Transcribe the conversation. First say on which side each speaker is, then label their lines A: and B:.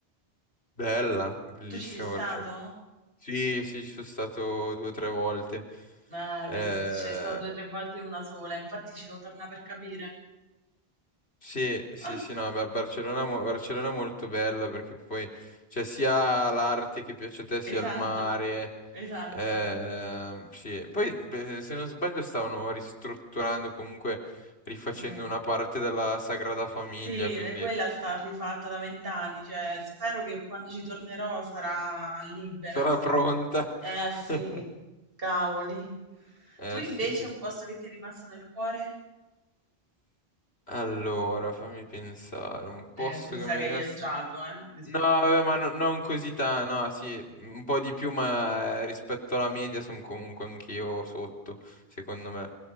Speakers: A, on the left (about 80°); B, on the right (about 65°).
A: Bella, bellissimo
B: Tu ci sei stato?
A: Barcellona. Sì, sì, ci sono stato due o tre volte.
B: Eh,
A: Eh,
B: vedi, tu ci sei stato due o tre volte e una sola, infatti ci devo tornare per capire.
A: Sì, sì,
B: <laughs>
A: sì, no, Bar- Barcellona, mo- Barcellona è molto bella perché poi c'è sia l'arte che piace a te, sia
B: Esatto,
A: il mare.
B: esatto.
A: Eh, sì. Poi, beh, se non sbaglio, stavano ristrutturando, comunque rifacendo
B: Eh,
A: una parte della Sagrada Famiglia,
B: Sì,
A: quindi
B: e quella sta rifatta da vent'anni, cioè spero che quando ci tornerò sarà libera,
A: sarà
B: sarò...
A: pronta.
B: Eh sì,
A: <laughs>
B: cavoli.
A: Eh,
B: Tu invece
A: sì, sì.
B: un
A: sì.
B: posto che ti è rimasto nel cuore?
A: Allora, fammi pensare, un posto
B: Eh, tu mi
A: che
B: sa
A: mi
B: che
A: è
B: hai
A: rimasto...
B: viaggiato, eh, rispetto
A: No, vabbè,
B: a me.
A: ma no- non così tanto, no, sì, un po' di più, ma eh, rispetto alla media sono comunque anch'io sotto, secondo me.